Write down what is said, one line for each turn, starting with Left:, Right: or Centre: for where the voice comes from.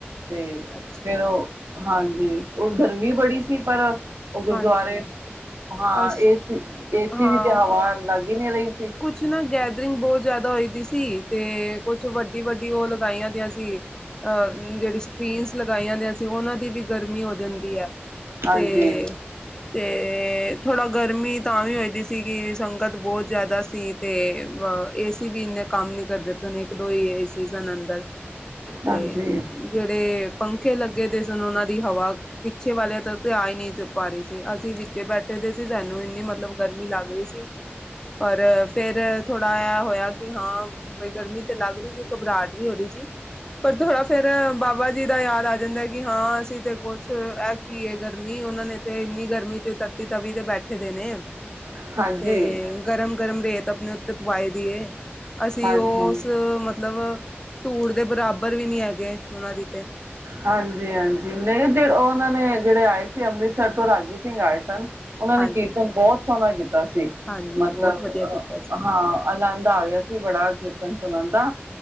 Right: ਤੇ
Left: ਅੱਛਾ
Right: ਫਿਰ ਹਾਂਜੀ, ਉਹ ਗਰਮੀ ਬੜੀ ਸੀ ਪਰ ਉਹ ਗੁਰਦੁਆਰੇ
Left: ਹਾਂਜੀ
Right: ਹਾਂ
Left: ਅਸ
Right: ਏਸੀ ਏਸੀ
Left: ਹਾਂ
Right: ਦੀ ਤੇ ਹਵਾ ਅਲੱਗ ਈ ਨੀ ਰਹੀ ਸੀ।
Left: ਕੁਛ ਨਾ ਗੈਦਰਿੰਗ ਬਹੁਤ ਜ਼ਿਆਦਾ ਹੋਈ ਦੀ ਸੀ ਤੇ ਕੁਛ ਵੱਡੀ-ਵੱਡੀ ਉਹ ਲਗਾਈਆਂ ਦੀਆਂ ਸੀ। ਅਹ ਜਿਹੜੀ ਸਕਰੀਨਸ ਲਗਾਈਆਂ ਦੀਆਂ ਸੀ। ਉਹਨਾਂ ਦੀ ਵੀ ਗਰਮੀ ਹੋ ਜਾਂਦੀ ਐ‌।
Right: ਹਾਂਜੀ
Left: ਤੇ ਤੇ ਥੋੜ੍ਹਾ ਗਰਮੀ ਤਾਂ ਵੀ ਹੋਏ ਦੀ ਸੀ ਕਿ ਸੰਗਤ ਬਹੁਤ ਜ਼ਿਆਦਾ ਸੀ। ਤੇ ਏਸੀ ਵੀ ਇੰਨੇ ਕੰਮ ਨੀ ਕਰਦੇ, ਇੱਕ ਦੋ ਈ ਏ ਸੀ ਸਨ ਅੰਦਰ। ਤੇ
Right: ਹਾਂਜੀ
Left: ਜਿਹੜੇ ਪੱਖੇ ਲੱਗੇ ਦੇ ਸਨ ਉਹਨਾਂ ਦੀ ਹਵਾ ਪਿੱਛੇ ਵਾਲਿਆਂ ਤੱਕ ਤੇ ਆ ਈ ਨਹੀਂ ਪਾ ਰਹੀ ਸੀ। ਅਸੀ ਵਿੱਚੇ ਬੈਠੇ ਦੇ ਸੀ ਸਾਨੂੰ ਇੰਨੀ ਮਤਲਬ ਗਰਮੀ ਲੱਗ ਰਹੀ ਸੀ। ਪਰ ਫਿਰ ਥੋੜ੍ਹਾ ਇਹ ਹੋਇਆ ਕਿ ਹਾਂ ਬਈ ਗਰਮੀ ਤੇ ਲੱਗ ਰਹੀ ਸੀ, ਘਬਰਾਹਟ ਵੀ ਹੋ ਰਹੀ ਸੀ। ਪਰ ਥੋੜ੍ਹਾ ਫਿਰ ਬਾਬਾ ਜੀ ਦਾ ਯਾਦ ਆ ਜਾਂਦਾ ਕਿ ਹਾਂ ਅਸੀ ਤੇ ਕੁਛ ਕੀ ਏ ਗਰਮੀ ਉਹਨਾਂ ਨੇ ਤੇ ਇੰਨੀ ਗਰਮੀ ਚ ਤੱਤੀ ਤਵੀ ਤੇ ਬੈਠੇ ਦੇ ਨੇ।
Right: <inaudible> ਹਾਂਜੀ
Left: ਤੇ ਗਰਮ-ਗਰਮ ਰੇਤ ਆਪਣੇ ਉੱਤੇ ਪਵਾਈ ਦੀ ਏ। ਅਸੀ
Right: ਹਾਂਜੀ
Left: ਉਸ ਮਤਲਬ ਧੂੜ ਦੇ ਬਰਾਬਰ ਵੀ ਨਹੀਂ ਐਗੇ ਉਹਨਾਂ ਦੀ ਤੇ।
Right: ਹਾਂਜੀ-ਹਾਂਜੀ। ਨਹੀਂ ਫਿਰ ਉਹ ਉਹਨਾਂ ਨੇ ਜਿਹੜੇ ਆਏ ਸੀ। ਅੰਮ੍ਰਿਤਸਰ ਤੋਂ ਰਾਗੀ ਸਿੰਘ ਆਏ ਸਨ। ਉਹਨਾਂ ਨੇ
Left: ਹਾਂਜੀ।
Right: ਕੀਰਤਨ ਬਹੁਤ ਸੋਹਣਾ ਕੀਤਾ ਸੀ।
Left: ਹਾਂਜੀ
Right: ਮਤਲਬ
Left: ਬਹੁਤ ਵਧੀਆ
Right: ਅ
Left: ਕੀਤਾ ਸੀ
Right: ਹਾਂ। ਆਨੰਦ ਆ ਗਿਆ ਸੀ ਬੜਾ ਕੀਰਤਨ ਸੁਣਨ ਦਾ